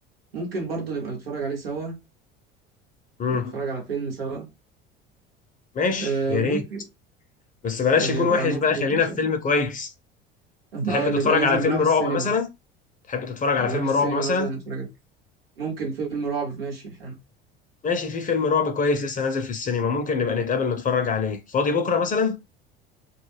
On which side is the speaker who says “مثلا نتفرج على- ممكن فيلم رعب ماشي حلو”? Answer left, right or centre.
Right